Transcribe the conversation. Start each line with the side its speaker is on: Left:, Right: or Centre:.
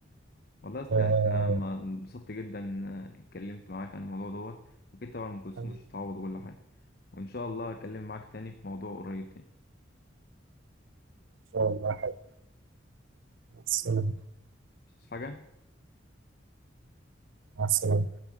Left: والله يا أسطى
Right: آه،
Left: يعني انا ما انبسطت جدا آه، اتكلمت معاك عن الموضوع دوت واكيد طبعا ام كلثوم
Right: حبيبي
Left: مش
Right: ان
Left: هتعوض كل حاجه وان شاء الله اكلم معاك تاني في موضوع قريب تاني
Right: شاء الله يا حبيبي مع السلامه
Left: مش حاجه
Right: مع السلامه